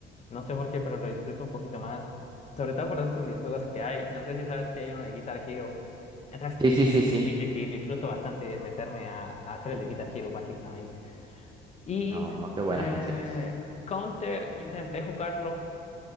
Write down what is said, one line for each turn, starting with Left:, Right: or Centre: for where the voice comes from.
Left: No sé por qué, pero lo disfruto un poquito más. Sobre todo por esos minijuegos que hay. No sé si sabes que hay uno de Guitar Hero. Entonces,
Right: Sí, sí, sí, sí.
Left: sí, sí, sí, disfruto bastante meterme a, a hacer el de Guitar Hero, básicamente. Y
Right: Oh, qué buenas
Left: eh,
Right: canciones.
Left: Counter, intenté jugarlo.